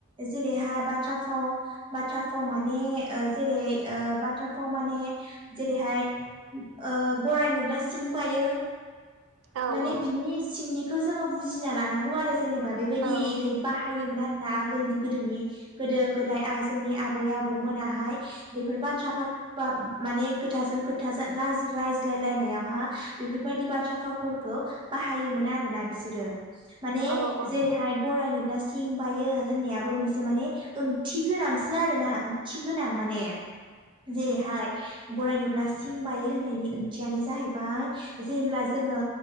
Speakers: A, on the right; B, on the right.
A: जेरैहाय बाथ्रा फाव बाथ्रा फाव माने ओ जेरै ओ बाथ्रा फाव माने जेरैहाय ओ गराय नुब्ला सिं बायो
B: औ
A: माने बिनि सिंनि बखौ जोङो बुजिना लानांगौ आरो। जेनेबा बेबायदिहै
B: औ
A: बाहायोमोन आरो। ना आगोलनि गोदोनि गोदो गोदाय आ जोंनि आबै आबौमोनाहाय बेफोर बाथ्राफार बा माने खोथाजों खोथा जा-रायज्लायलायनायावहा बेफोरबायदि बाथ्रा फाव फरखौ बाहायोमोन आरोना बिसोरो। माने
B: औ उम
A: जेरैहाय गराय नुब्ला सिं बायो होननायाबो मोनसे माने ओंथि गोनांसो आरोना थि गोनां माने जेरैहाय गराय नु नुब्ला सिं बायो होननायनि ओंथियानो जाहैबाय जेब्ला जोङो